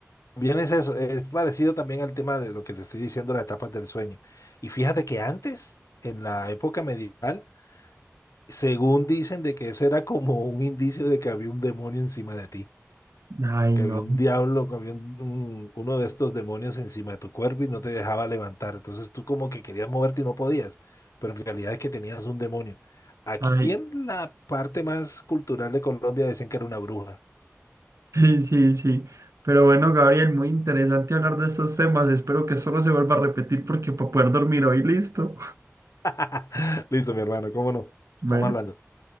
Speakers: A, on the left; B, on the right.
A: Bien, es eso, es parecido también al tema de lo que te estoy diciendo, las etapas del sueño. Y fíjate que antes, en la época medieval, según dicen de que ese era como un indicio de que había un demonio encima de ti,
B: Ay,
A: que
B: no.
A: había un diablo, que había un- un- uno de estos demonios encima de tu cuerpo y no te dejaba levantar. Entonces tú como que querías moverte y no podías, pero en realidad es que tenías un demonio. Aquí
B: Ay,
A: en la parte más cultural de Colombia decían que era una bruja.
B: <laughs> sí, sí, sí. Pero bueno, Gabriel, muy interesante hablar de estos temas. Espero que solo se vuelva a repetir porque para poder dormir hoy, listo. <laughs>
A: <laughs> Listo, mi hermano, ¿cómo no?
B: Bueno.
A: Estamos hablando.